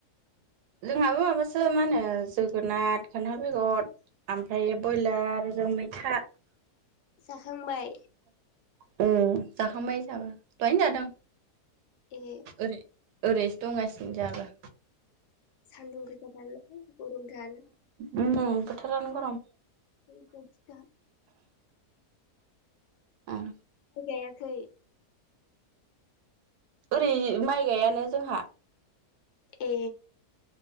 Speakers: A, on the right; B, on the left.
A: जोंहाबो माबासो मा होनो जोगोनाथ खान्थाल बेगद आमफायो बयलारजों मैथा
B: जाखांबाय?
A: अ जाखांबाय जाबाय दहायनो जादों
B: ए
A: ओरै ओरैसो दंगासिनो जाहाबो
B: सान्दुं गोसाथार लै गरमथाल
A: उम बोथोरानो गरम
B: ओरैबायदि खा
A: ओं
B: गायाखै
A: ओरै माइ गायानो जोंहा।
B: ए।